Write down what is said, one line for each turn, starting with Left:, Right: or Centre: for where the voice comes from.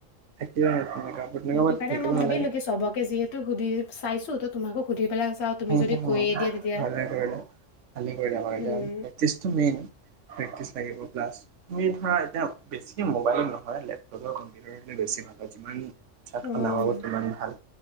Right: তাকে তেনেকা তেনেকুৱা
Left: সেইটো কাৰণে
Right: হেৰি কৰিব
Left: মই ভাবিলো
Right: নালাগে
Left: কি চবকে যি সেইটো সুধি চাইছো তো তোমাকো সুধি পেলাই চাও তুমি
Right: ভালে
Left: যদি
Right: কৰিলে
Left: কৈয়ে দিয়া তেতিয়া
Right: ভালে কৰিলে কৰিলে
Left: উম
Right: প্ৰেকটিছটো মেইন প্ৰেক্টিচ লাগিব প্লাছ তুমি ধৰা এতিয়া বেছি মোবাইলত নহয় লেপটপৰ কম্পিউটাৰ বেছি ভাল <unintelligible> চাৰ্টখন
Left: উম
Right: ডাঙৰ হব সিমানেই ভাল